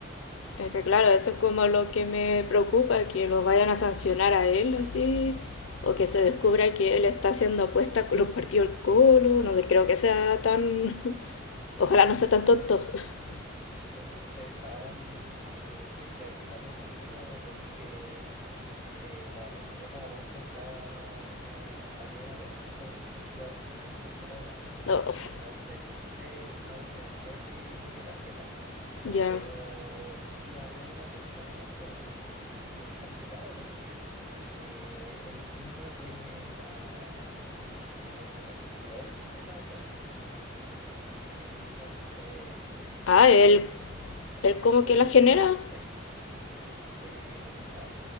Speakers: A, on the left; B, on the right.
A: Es que claro, eso
B: Entonces,
A: es como lo que me preocupa, que lo vayan a sancionar a él así, o que se descubra que él está haciendo apuestas con los partidos del Colo, no sé, creo
B: sí,
A: que sea
B: lo-
A: tan... <laughs>
B: los
A: Ojalá
B: hinchas,
A: no sea tan tonto. <laughs>
B: los hinchas estaban eh, teorizando un poquitito porque eh, la- en su casa de apuestas estaba una, había una apuesta sobre si iba a recibir una tarjeta o no.
A: No, uf,
B: No se dice, no se decía qué qué tarjeta
A: ya.
B: Pero sí había una apuesta con eso y, y es complicado porque eh, él mismo tiene la, tiene el control de la apuesta. Eh, entonces,
A: Ah,
B: él
A: él...
B: puede gener-
A: Él
B: él
A: como
B: puede
A: que la
B: generar
A: genera,
B: un efecto. Eh, o sea,